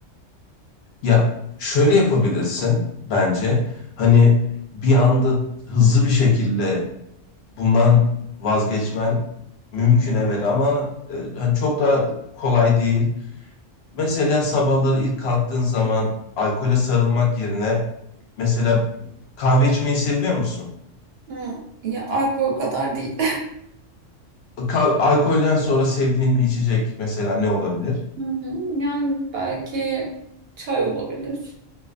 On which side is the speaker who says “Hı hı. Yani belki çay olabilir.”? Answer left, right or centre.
Right